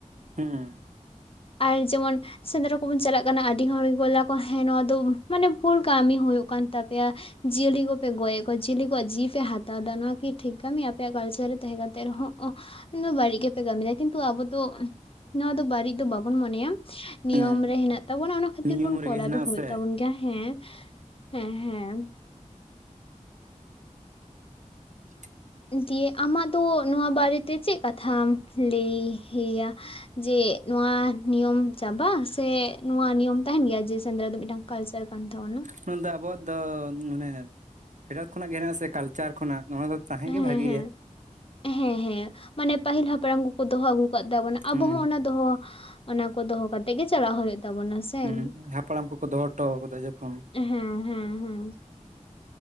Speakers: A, on the right; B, on the left.
A: ᱦᱩᱸᱸ
B: ᱟᱨ ᱡᱮᱢᱚᱱ ᱥᱮᱸᱫᱽᱨᱟ ᱠᱚᱵᱚᱱ ᱪᱟᱞᱟᱜ ᱠᱟᱱᱟ ᱟᱹᱰᱤ ᱦᱚᱲ ᱜᱮᱠᱚ ᱜᱳᱞ ᱟᱠᱚ ᱦᱮᱸ ᱱᱚᱣᱟ ᱫᱚ ᱢᱟᱱᱮ ᱵᱷᱩᱞ ᱠᱟᱹᱢᱤ ᱦᱩᱭᱩᱜ ᱠᱟᱱ ᱛᱟᱯᱮᱭᱟ᱾ ᱡᱤᱭᱟᱹᱞᱤ ᱠᱚᱯᱮ ᱜᱚᱡᱮᱫ ᱠᱚᱣᱟ ᱡᱤᱭᱟᱹᱞᱤ ᱠᱚᱣᱟᱜ ᱡᱤᱣᱤ ᱯᱮ ᱦᱟᱛᱟᱣ ᱫᱟ᱾ ᱱᱚᱣᱟᱠᱤ ᱴᱷᱤᱠ ᱠᱟᱢᱤ ᱟᱯᱮᱭᱟᱜ ᱠᱟᱞᱪᱟᱨ ᱨᱮ ᱛᱟᱸᱦᱮ ᱠᱟᱛᱮᱜ ᱨᱮᱦᱚᱸ ᱦᱚᱸ ᱵᱟᱲᱤᱡ ᱜᱮᱯᱮ ᱠᱟᱢᱤ ᱫᱟ᱾ ᱠᱤᱱᱛᱩ ᱟᱵᱚᱫᱚ ᱱᱚᱣᱟ ᱫᱚ ᱵᱟᱹᱲᱤᱡ ᱫᱚ ᱵᱟᱵᱚᱱ ᱢᱚᱱᱮᱭᱟ ᱱᱤᱭᱚᱢ
A: ᱦᱩᱸ
B: ᱨᱮ ᱦᱮᱱᱟᱜ ᱛᱟᱵᱚᱱᱟ ᱚᱱᱟ ᱠᱷᱟᱹᱛᱤᱨ
A: ᱱᱤᱭᱚᱢ
B: ᱵᱚᱱ ᱠᱚᱨᱟᱣ
A: ᱨᱮᱜᱮ ᱦᱮᱱᱟᱜ
B: ᱫᱚ ᱦᱳᱭᱳᱜ
A: ᱟᱥᱮ
B: ᱛᱟᱵᱚᱱ ᱜᱮᱭᱟ᱾ ᱦᱮᱸ ᱦᱮᱸ ᱦᱮᱸ
A: <inaudible>
B: ᱫᱤᱭᱮ ᱟᱢᱟᱜ ᱫᱚ ᱱᱚᱣᱟ ᱵᱟᱨᱮᱛᱮ ᱪᱮᱫ ᱠᱟᱛᱷᱟᱢ ᱞᱟᱹᱭᱼᱭᱟ? ᱡᱮ ᱱᱚᱣᱟ ᱱᱤᱭᱚᱢ ᱪᱟᱵᱟ ᱥᱮ ᱱᱚᱣᱟ ᱱᱤᱭᱚᱢ ᱛᱟᱦᱮᱱ ᱜᱮᱭᱟ ᱡᱮ ᱥᱮᱸᱫᱽᱨᱟ ᱫᱚ ᱢᱤᱫᱴᱟᱝ ᱠᱟᱞᱪᱟᱨ ᱠᱟᱱ ᱛᱟᱵᱚᱱᱟ᱾
A: ᱱᱚᱣᱟ ᱫᱚ ᱟᱵᱚᱣᱟᱜ ᱫᱚ ᱢᱟᱱᱮ ᱯᱷᱮᱰᱟᱛ ᱠᱷᱚᱱᱟᱜ ᱜᱮ ᱦᱮᱱᱟᱜ ᱟᱥᱮ ᱠᱟᱞᱪᱟᱨ ᱠᱷᱚᱱᱟᱜ ᱱᱚᱣᱟ ᱫᱚ ᱛᱟᱦᱮᱸ
B: ᱦᱮᱸ
A: ᱜᱮ ᱵᱷᱟᱹᱜᱮᱭᱟ᱾
B: ᱦᱮᱸ ᱦᱮᱸ ᱦᱮᱸ ᱢᱟᱱᱮ ᱯᱟᱹᱦᱤᱞ ᱦᱟᱯᱲᱟᱢ ᱠᱚᱠᱚ ᱫᱚᱦᱚ ᱟᱹᱜᱩ ᱠᱟᱜ ᱛᱟᱵᱚᱱᱟ ᱟᱵᱚ
A: ᱦᱩᱸ
B: ᱦᱚᱸ ᱚᱱᱟ ᱫᱚᱦᱚ ᱚᱱᱟ ᱠᱚ ᱫᱚᱦᱚ ᱠᱟᱛᱮᱜ ᱜᱮ ᱪᱟᱞᱟ ᱦᱳᱭᱳᱜ ᱛᱟᱵᱚᱱᱟ ᱥᱮ᱾
A: ᱦᱩᱸ
B: ᱦᱮᱸ
A: ᱦᱟᱯᱲᱟᱢ ᱠᱚᱠᱚ ᱫᱚᱦᱚ ᱦᱚᱴᱚ ᱠᱟᱫᱟ ᱡᱚᱠᱷᱚᱱ᱾
B: ᱦᱩᱸ ᱦᱮᱸ ᱦᱮᱸ